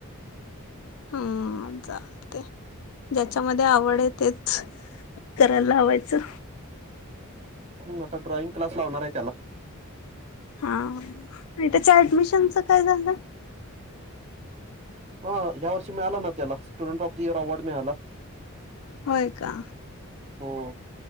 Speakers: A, on the left; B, on the right.
A: हम्म चालते ज्याच्यामध्ये आवड आहे ते करायला लावायचं. चं
B: हम्म आता ड्रॉइंग क्लास लावणार आहे त्याला.
A: हा आणि त्याच्या ऍडमिशनच काय झालं
B: हा या वर्षी मिळाला ना त्याला student of the year award मिळाला.
A: होय का?
B: हो.